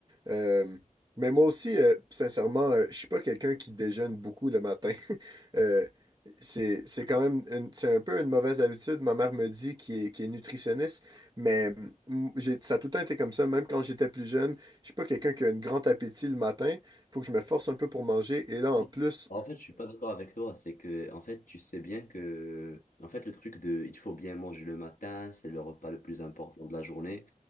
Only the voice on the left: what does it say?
Mm.
En fait, je suis pas d'accord avec toi. C'est que, en fait, tu sais bien que, en fait, le truc de, il faut bien manger le matin, c'est le repas le plus important de la journée.